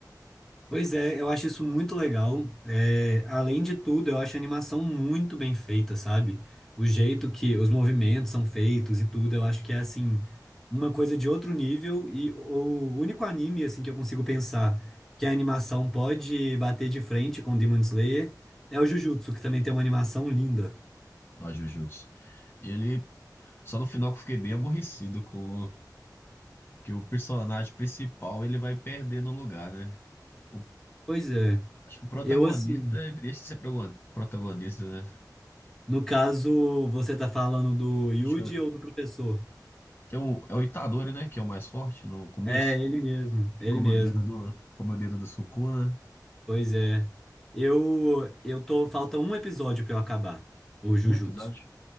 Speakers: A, in the centre; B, on the left.
A: Pois é, eu acho isso muito legal. É, além de tudo, eu acho a animação muito bem feita, sabe? O jeito que os movimentos são feitos e tudo, eu acho que é assim, uma coisa de outro nível e o único anime assim que eu consigo pensar que a animação pode bater de frente com Demon Slayer é o Jujutsu, que também tem uma animação linda.
B: no Jujutsu. Ele, só no final que eu fiquei bem aborrecido com que o personagem principal ele vai perdendo o lugar, né? O-
A: Pois é.
B: acho que o protagonista,
A: Eu assim,
B: ele deixa de ser progon- protagonista, né?
A: no caso, você tá falando do Yuji
B: Acho que é o,
A: ou do professor?
B: tem o, é o Itadori, né? Que é o mais forte no começo,
A: É, ele mesmo,
B: que
A: ele
B: come
A: mesmo.
B: o dedo do, come o dedo do Sukuna.
A: Pois é. Eu eu tô falta um episódio pra eu acabar o Jujutsu.
B: Um episódio.